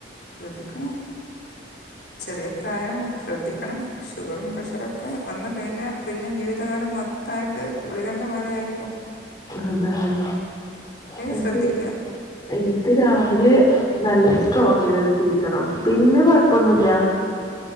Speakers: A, on the left (about 60°); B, on the left (about 25°).
A: ശ്രെദ്ധിക്കണം. ചെറിയ പ്രായാണ് ശ്രദ്ധിക്കണം ഷുഗറും പ്രഷറൊക്കെ വന്ന് കഴിഞ്ഞാ പിന്നെ ജീവിതകാലം മൊ ത്തായിട്ട് ഗുളികേന്റെ മേലെയായിരിക്കും.
B: അതാണ് പക്ഷെ.
A: ശ്രദ്ധിക്കുക
B: ഇനിക്ക് രാവി‌ലെ നല്ല സ്ട്രോങിലൊരു റ്റീ കിട്ടണം പിന്നെ കൊയപ്പൊന്നു ഇല്ല.